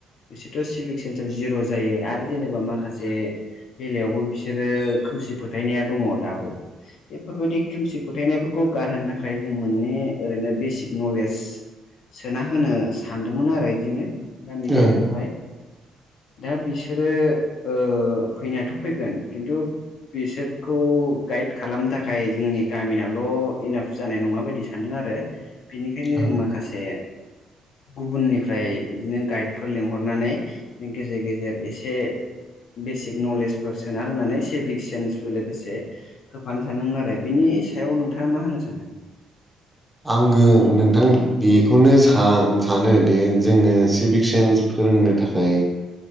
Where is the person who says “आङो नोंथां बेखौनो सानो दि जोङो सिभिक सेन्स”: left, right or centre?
Centre